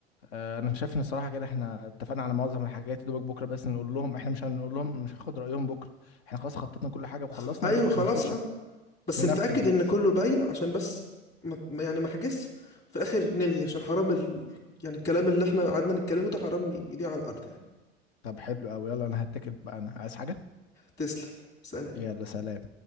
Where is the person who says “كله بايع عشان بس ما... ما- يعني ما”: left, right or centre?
Left